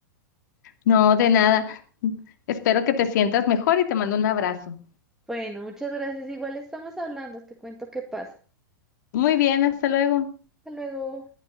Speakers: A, on the left; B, in the centre.
A: No, de nada. Espero que te sientas mejor y te mando un abrazo.
B: Bueno, muchas gracias. Igual estamos hablando. Te cuento qué pasa.
A: Muy bien, hasta luego.
B: Hasta luego.